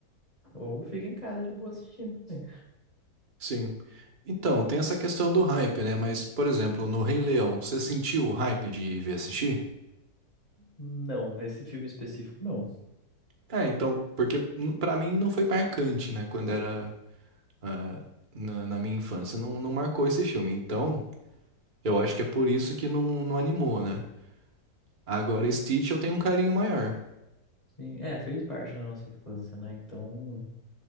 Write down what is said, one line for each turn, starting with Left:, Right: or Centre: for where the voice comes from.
Left: ou fica em casa de boa assistindo. né?
Right: Sim. Então, tem essa questão do hype, né? Mas, por exemplo, no Rei Leão, você sentiu o hype de ver assistir?
Left: Não, esse filme específico não.
Right: É, então, porque n- pra mim não foi marcante, né? Quando era ah, na, na minha infância, não, não marcou esse filme. Então, eu acho que é por isso que não, não animou, né? Agora,
Left: Sim,
Right: Stitch eu tenho um carinho maior.
Left: sim. É, fez parte da nossa infância, né? Então